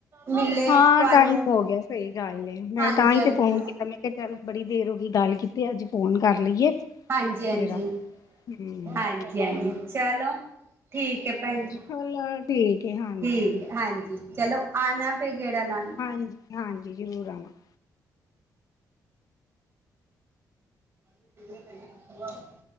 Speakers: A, on the right; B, on the left.
A: ਮਿਲੇ
B: ਹਾਂ
A: ਤੁਹਾਨੂੰ
B: ਤਾਂ ਹੀ ਹੋ ਗਿਆ ਸਹੀ ਗੱਲ ਏ ਮੈਂ
A: ਹਾਂਜੀ
B: ਤਾਂਹੀ
A: ਹਾਂਜੀ
B: ਤੇ ਫੋਨ ਕੀਤਾ ਮੈਂ ਕਿਹਾ ਚੱਲ ਬੜੀ ਦੇਰ ਹੋ ਗਈ ਗੱਲ ਕੀਤੀਆਂ ਅੱਜ ਫੋਨ ਕਰ ਲਈਏ।
A: ਹਾਂਜੀ- ਹਾਂਜੀ,
B: ਜਰਾ ਹੂੰ
A: ਹਾਂਜੀ- ਹਾਂਜੀ ਚਲੋ। ਠੀਕ ਹੈ ਭੈਣ ਜੀ,
B: ਚਲੋ ਠੀਕ ਏ ਹਾਂਜੀ
A: ਠੀਕ ਹੈ ਹਾਂਜੀ। ਚਲੋ ਆਉਣਾ ਫੇਰ ਗੇੜਾ ਲਾਉਣ।
B: ਹਾਂਜੀ- ਹਾਂਜੀ ਜ਼ਰੂਰ ਆਵਾਂਗੇ।
A: <unintelligible>